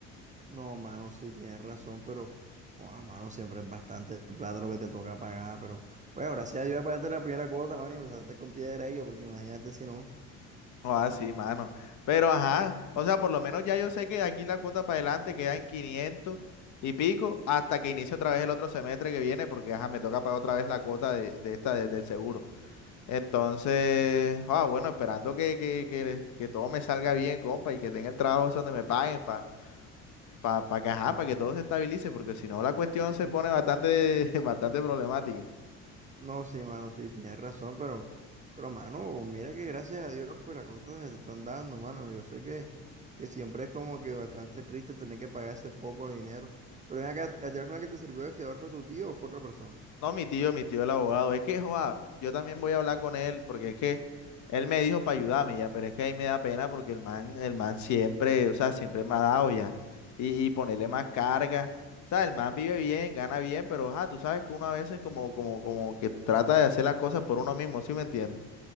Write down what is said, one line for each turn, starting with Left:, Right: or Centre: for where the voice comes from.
Right: No, mano, sí, tienes razón, pero, oh, mano, siempre es bastante plata lo que te toca pagar, pero, bueno, gracias a Dios ya pagaste la primera cuota, mano, y empezaste con pie derecho, porque imagínate si no.
Left: No, así, mano. Pero ajá, o sea, por lo menos ya yo sé que de aquí la cuota para adelante queda en 500 y pico hasta que inicie otra vez el otro semestre que viene, porque ajá, me toca pagar otra vez la cuota de, de esta de- del seguro. Entonces, ah, bueno, esperando que, que, que, que todo me salga bien, compa, y que tenga el trabajo ese donde me paguen para pa, pa pa que ajá, para que todo se estabilice, porque si no la cuestión
Right: <laughs>
Left: se pone bastante, <laughs> bastante problemática.
Right: No, sí, mano, sí, tienes razón, pero, pero, mano, mira que gracias a Dios, pues las cosas se te están dando, mano. Yo sé que, que siempre es como que bastante triste tener que pagar ese poco de dinero. Pero ven acá, ¿el teléfono que te sirvió de fiador fue tu tío o fue otra persona?
Left: No, mi tío, mi tío el abogado. Es que, joa, yo también voy a hablar con él porque es que él me dijo para ayudarme ya, pero es que ahí me da pena porque el man, el man siempre, o sea, siempre me ha dado ya. Y, y ponerle más carga. O sea, el man vive bien, gana bien, pero, ajá, tú sabes que uno a veces como, como, como que trata de hacer las cosas por uno mismo, ¿sí me entiendes?